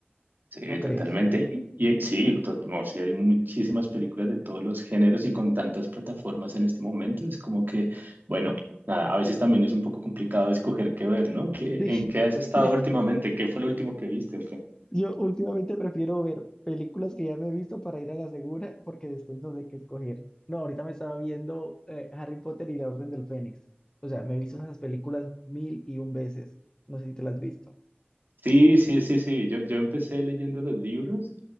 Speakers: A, on the right; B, on the left.
A: Sí,
B: ¿No crees?
A: totalmente. Y eh, sí, to- no, sí, hay muchísimas películas de todos los géneros y con tantas plataformas en este momento. Es como que, bueno, nada, a veces también es un poco complicado escoger qué ver, ¿no? ¿Qué,
B: Sí,
A: en qué has estado
B: <laughs>
A: últimamente?
B: sí.
A: ¿Qué fue lo último que viste?
B: Yo últimamente prefiero ver películas que ya me he visto para ir a la segura porque después no sé qué escoger. No, ahorita me estaba viendo eh, Harry Potter y la Orden del Fénix. O sea, me he visto esas películas mil y un veces. No sé si te las has visto.
A: Sí, sí, sí, sí. Yo, yo empecé leyendo los libros